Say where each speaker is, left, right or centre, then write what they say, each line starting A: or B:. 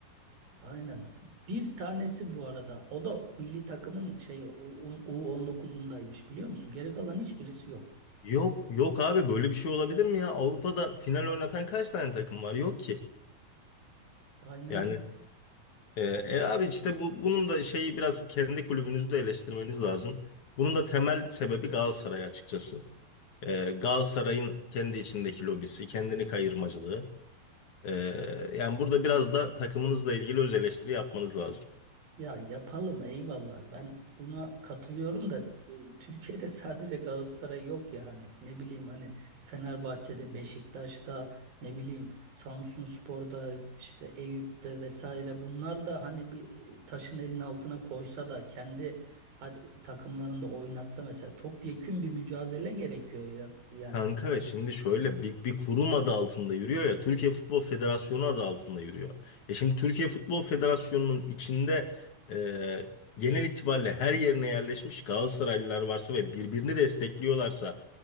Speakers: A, on the right; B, on the left.
A: aynen bir tanesi bu arada o da milli takımın şey U- on dokuzundaymış biliyor musun? Geri kalan hiçbirisi yok.
B: Yok yok abi böyle bir şey olabilir mi ya? Avrupa'da final oynatan kaç tane takım var? Yok ki.
A: Aynen
B: Yani e, e abi işte bu bunun da şeyi biraz kendi kulübünüzü de eleştirmeniz lazım. Bunun da temel sebebi Galatasaray açıkçası. E, Galatasaray'ın kendi içindeki lobisi, kendini kayırmacılığı. Ee, yani burada biraz da takımınızla ilgili öz eleştiri yapmanız lazım.
A: Ya yapalım eyvallah. Ben buna katılıyorum da e, Türkiye'de <laughs> sadece Galatasaray yok ya hani ne bileyim hani Fenerbahçe'de, Beşiktaş'ta ne bileyim Samsunspor'da işte Eyüp'te vesaire bunlar da hani bir e, taşın elinin altına koysa da kendi hadi, takımlarında oynatsa mesela topyekün bir mücadele gerekiyor ya yani
B: Kanka şimdi şöyle bir, bir kurum adı altında yürüyor ya Türkiye Futbol Federasyonu adı altında yürüyor. E şimdi Türkiye Futbol Federasyonu'nun içinde e, genel itibariyle her yerine yerleşmiş Galatasaraylılar varsa ve birbirini destekliyorlarsa